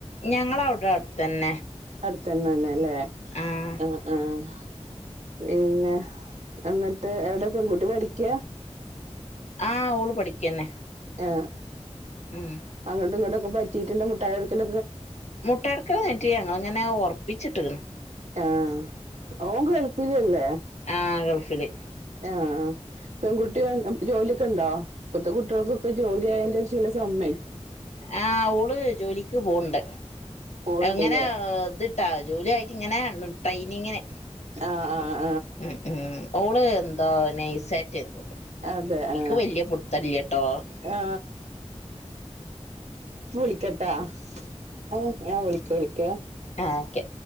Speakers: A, on the left; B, on the right.
A: ഞങ്ങവിടെ അടുത്തന്നെ
B: അടുത്തണ്ണ തന്നെല്ലേ
A: ആഹ്
B: ആ ആഹ് പിന്നെ എന്നിട്ട് എവിടെ പെൺകുട്ടി പഠിക്ക
A: ആഹ ഓള് പഠിക്കന്നെ
B: ആ
A: ഉം
B: ആ അങ്ങട്ടും ഇങ്ങോട്ടൊക്കെ പറ്റിയിട്ട്ന്റെ മുട്ടായി എടുക്കൽ
A: മുട്ടായി എടുക്കൽ ഞങ്ങിങ്ങനെ ഉറപ്പിച്ചിട്ട്
B: ആഹ് അവൻ ഗൾഫിൽ അല്ലേ
A: ആഹ് ഗൾഫില്
B: ആഹ് പെൺകുട്ടികൾ ജോലിയൊക്കെ ഉണ്ടോ ഇപ്പത്തെ കുട്ടികൾക്കൊക്കെ ജോലി ആയതിന്റെ ശേഷം സമ്മ
A: ആ ഓള് ജോലിക്ക് പോണ്ട്
B: പോണ്ടല്ലേ
A: എങ്ങനെ ഇത് ജോലി ആയിട്ട് ഇങ്ങനെ ട്രെയിനിങ്ങിന്
B: ആഹ ആഹ്
A: ഉ ഉം ഉ ഓള് എന്താ നെയിസായിറ്റ് എന്തണ്ട്
B: അതെ
A: എനിക്ക്
B: ആ
A: വലിയ പുത്തരില്ലേട്ടോ
B: ആ ചിക്കട്ടാ ആ ഞാൻ വിളിക്ക വിളിക്ക
A: ആഹ് ഓക്കെ